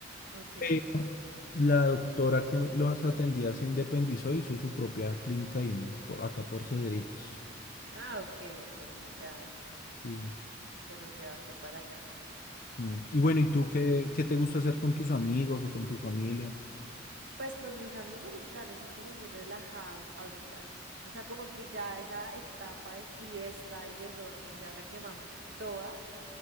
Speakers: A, on the right; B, on the left.
A: Ok.
B: Pero la doctora que los atendía se independizó, hizo su propia clínica ahí en- po- acá por Cedritos.
A: Ah, ok, entonces ya
B: Sí.
A: te los llevaste para allá.
B: Mm. Y bueno, ¿y tú qué, qué te gusta hacer con tus amigos o con tu familia?
A: Pues con mis amigos los planes son como muy relajados ahorita. O sea, como que ya esa etapa de fiesta y desorden ya la quemamos toda